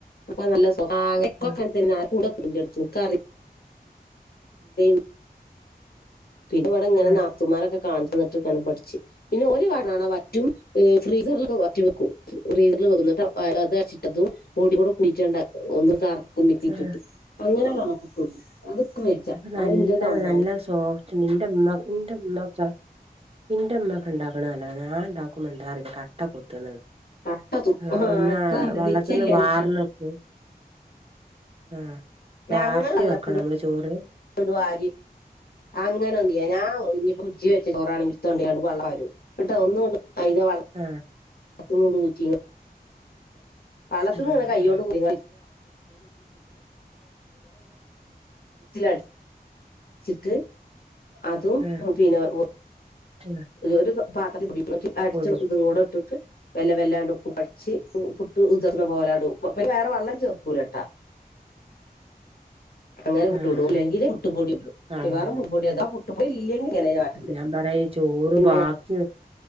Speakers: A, on the left; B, on the right.
A: അപ്പൊ നല്ല സോ <unintelligible>
B: ആഹ്
A: ഇൻക്കറിയ <unintelligible> പിന്നെ ഇവിടെ ഇങ്ങനെ
B: ആഹ്
A: നാത്തുമാരൊക്കെ കാണിച്ചുന്നിട്ട് കാണ പഠിച്ച പിന്നെ ഓല് കാട്ട്ണാണ വറ്റും ഫ്രീസറിലൊക്കെ വറ്റ് വെക്കും ഫ്രീസറിൽ വെക്കുന്നട്ട് അത് അര്ച്ചിട്ടതും പൊടികൂടെ കൂട്ടീറ്റ അര ഒന്ന് കറക്കും മിക്സിൽ
B: ആഹ്
A: ഇട്ട്ട്ട് അങ്ങനെ വാണം പുട്ടുപൊടി അതൊക്കെ <unintelligible>
B: അപ്പ നല്ല
A: ഇന്റേത് നന്നാവും
B: നല്ല സോഫ്റ്റ്ണ്ട്. നിന്റെമ്മ, നിന്റെമ്മ <unintelligible> ഇന്റെ ഇമ്മക്കെ ഉണ്ടാക്ക്ണ നല്ലതാ. ഞാൻ ഉണ്ടാക്കുമ്പോ എന്താ അറിയില്ല. കട്ട കുത്ത്ണത്.
A: കട്ടതും
B: ആ ഒന്ന്
A: ഇക്ക് നല്ല
B: വള്ളത്ത്ന്ന്
A: നിച്ചല്ലാഞ്ഞിട്ടാണ്
B: വാർന്നക്കും ആഹ് വാർത്തി
A: ഞങ്ങൾ വെള്ളത്തിന്നണ്ട്
B: വെക്കണം നമ്മള് ചോറ്
A: വാരി അങ്ങനെ <unintelligible> ആഹ് <unintelligible> വെച്ച ചോറാണെങ്കി ഇട്ത്തൊണ്ടയ്ക്കാണ്ട് വള്ളം പാരും. എന്നിട്ട് അത് ഒന്ന്ങ്ങട്ട് അയിൻ്റെ വെള്ളം
B: ആഹ്
A: <unintelligible> വള്ളത്ത്ന്ന്
B: ആഹ്
A: ഇങ്ങനെ കയ്യോണ്ട്
B: ആഹ്
A: കോരി <unintelligible> <unintelligible> ച്ചിട്ട് അതും
B: ആഹ്
A: പിന്നെ <unintelligible>
B: <unintelligible>
A: ഒരു പാത്രത്തിൽ പിടിച്ചു, അടിച്ച
B: പൊടി
A: ഇതും കൂടെ ഇട്ടിട്ട് വെല്ല വെല്ലാണ്ട് ഒന്ന് അടിച്ച് പുട്ട് ഉതിർന്ന പോലെ അങ്ട്ട് അയ്ക്ക് പിന്നെ വേറെ വള്ളം ചേർക്കൂലട്ടാ അങ്ങനെ പുട്ട്
B: ആഹ്
A: ചുടും, ഇല്ലെങ്കിൽ പുട്ട് പൊടി മിക്കവാറും
B: ആഹ്
A: പുട്ട് പൊടി <unintelligible> പുട്ടുചുടും. പുട്ടുപൊടി ഇല്ലെങ്കിൽ <unintelligible>
B: എന്താ പറയാ ഈ ചോറ്
A: പിന്നെ
B: ബാക്കി,